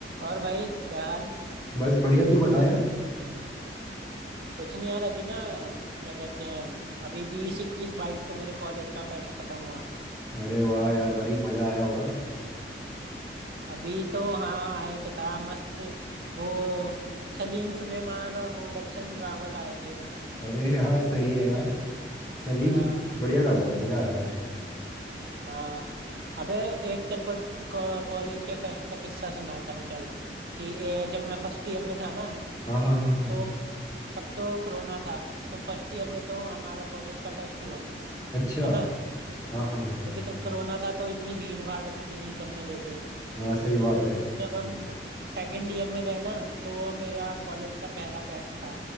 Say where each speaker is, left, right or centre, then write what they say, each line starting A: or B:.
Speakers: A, on the right (about 60°); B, on the left (about 20°).
A: और भाई क्या हाल
B: बस बढ़िया तू बता यार
A: कुछ नहीं यार अभी ना क्या कहते हैं अभी बीस इक्कीस बाईस को मेरे कॉलेज का फेस्ट खत्म हुआ
B: अरे वाह यार भाई मजा आया होगा
A: अभी तो हाँ आया तो था मस्त वो सलीम सुलेमान और वो दर्शन रावल आए थे
B: अरे यार सही है यार सलीम
A: हाँ
B: से बढ़िया गाता है मजा आ जाता है
A: हाँ अबे एक तेरे को को- कॉलेज के फेस्ट का किस्सा सुनाता हूँ चल कि ए, जब मैं फर्स्ट ईयर में था ना
B: हाँ हाँ हाँ हाँ हाँ।
A: तो तब तो कोरोना था तो फर्स्ट ईयर में तो हमारा कॉलेज का फेस्ट हुआ नहीं
B: अच्छा
A: है ना
B: हाँ हाँ हाँ
A: क्योंकि तब कोरोना था तो इतनी भीड़ भाड़ नहीं करने देते
B: हाँ सही बात है
A: जब हम सेकेंड ईयर में गए ना तो मेरा कॉलेज का पहला फेस्ट था